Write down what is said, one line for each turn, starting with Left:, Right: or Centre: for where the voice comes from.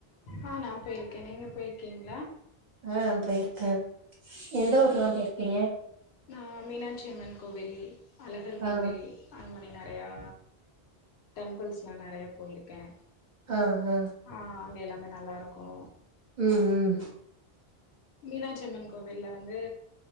Left: ஆ நா பேயிருக்கே நீங்க பேயிருக்கீங்ளா
Right: ஆ பயிருக்கே எந்த ஊரலா பேயிருக்கீங்க
Left: நா மீனாட்சி அம்மன் கோவில் அழகர் கோவில்
Right: ஆ
Left: அரண்மனை நெறயா டெம்பிள்ஸ்ல்லா நெறையா போயிருக்கே
Right: ஆ ஆ
Left: ஆ அங்கே எல்லாமே நல்லாருக்கோ
Right: ம் ம்
Left: மீனாட்சியம்மன் கோவில்ல வந்து